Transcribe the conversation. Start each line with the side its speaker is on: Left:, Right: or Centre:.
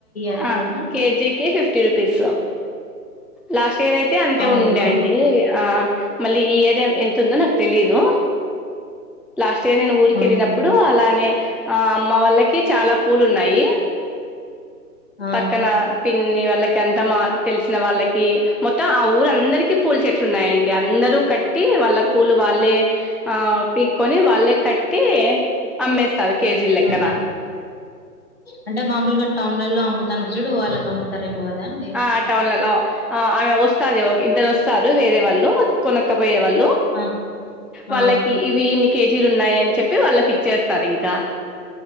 Left: అట్లానా?
Centre: ఆ కేజీకి ఫిఫ్ ఫఫ్టీ రూపీస్ లాస్ట్ ఇయర్ అయితే అంతే
Left: అవునా?
Centre: ఉ అండి ఆ మళ్ళీ ఈ ఏరియా ఎంత ఉందో నాకు తెలీదు లాస్ట్ ఇయర్ నేను ఊరికెళ్ళినప్పుడు
Left: అవునులే.
Centre: అలానే ఆ అమ్మ వాళ్ళకి చాలా పూలు ఉన్నాయి
Left: ఆ!
Centre: పక్కన పిన్ని వాళ్ళకి అంత మా తెలిసిన వాళ్ళకి మొత్తం ఆ ఊరుందరికి పూల్ చెట్లున్నాయండి అందరూ కట్ కట్టి వాళ్ళ పూలు వాళ్ళే ఆ పీకొని వాళ్ళే కట్టి అమ్మేస్తారు కేజీల లెక్కన
Left: ఆ! అంటే మామూలుగా టౌన్లలో అమ్ముతను చూడు వాళ్ళకి అమ్ముతారేమో కదా అండి
Centre: ఆ టౌన్లలో ఆ ఆమె వస్తాది ఇద్దరు వస్తారు వేరే వాళ్ళు కొనక్కపోయే వాళ్ళు
Left: ఆ
Centre: వాళ్ళకి
Left: ఆ
Centre: ఇవి ఇన్ని కేజీలు ఉన్నాయని చెప్పి వాళ్ళకి ఇచ్చేస్తారు ఇంకా